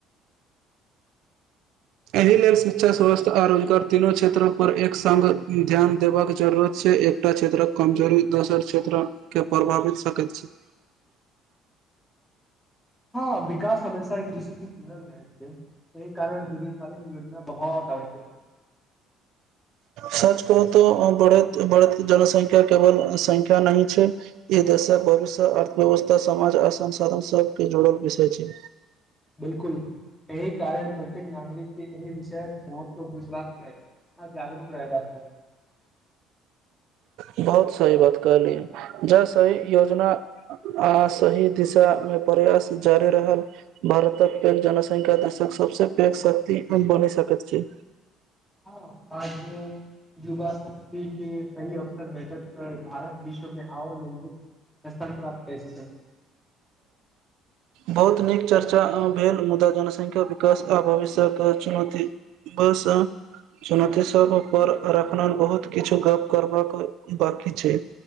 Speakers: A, on the right; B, in the centre.
A: एहि लेल शिक्षा स्वास्थ्य आ रोजगार तीनू क्षेत्र पर एक संग ध्यान देबाक जरूरत छै क्षेत्रक कमजोरी दोसर क्षेत्र के प्रभावित सकैत छी
B: हु विकास हमेशा एक दूसरे से जुड़ल जाई एहि कारण दीर्घ कालीन योजना बहुत आवश्यक
A: सच कहु तो बढ़ बढ़त जनसंख्या केवल संंख्या नहि छै ई देशक भविष्य अर्थव्यवस्था समाज आ संसाधन सब जुड़क विषय छै
B: बिल्कुल एहि कारण प्रत्येक नागरिक ए विषयक महत्व बुझलाक चाही आ जगरूक रहबाक चाही <inaudible>
A: बहुत सही बात कहली ज सही योजना आ सही दिशा मे प्रयास जारी रहल भारतक पैघ जनसंख्या देशक सबस पैघ शक्ति बनि सकैत छै
B: हाँ आज युवा शक्ति के सही अवसर बैठक भारत विश्व में आउर मजबूत स्थान प्राप्त कर सक
A: बहुत नीक चर्चा भेल मुदा जनसंख्या विकास आ भविष्यके चुनौती बस सुनती सपर रखन बहुत किछु गप करबाक बाकी छै